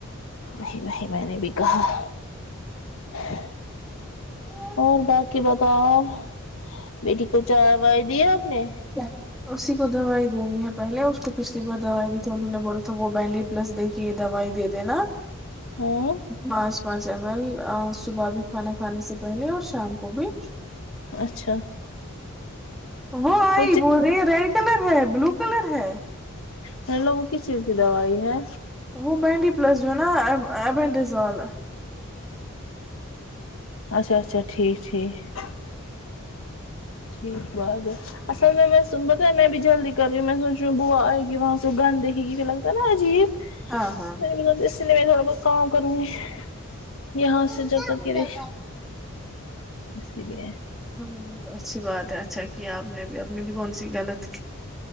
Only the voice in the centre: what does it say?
ہ <inaudible>
ج <inaudible> اسی کو دوائی دینی ہے پہلے اس کو پچھلی بار دوائی دی تھی انہوں نے بولا تھا وہ بلی پلس دے کے یہ دوائی دے دینا
بس مج مل صبح بھی کھانا کھانے سے پہلے اور شام کو بھی
وہ آئی
بول رہی ہے ریڈ کلر ہے بلو کلر ہے <inaudible>
وہ بینڈی پلس جو نا ای بینڈیزال
ہاں
ہاں
ہ
ہاں اچھی بات ہے ا <unintelligible> اچھا کیا آپ نے بھی اپ نے بھی کون سی <unintelligible> غلط <unintelligible>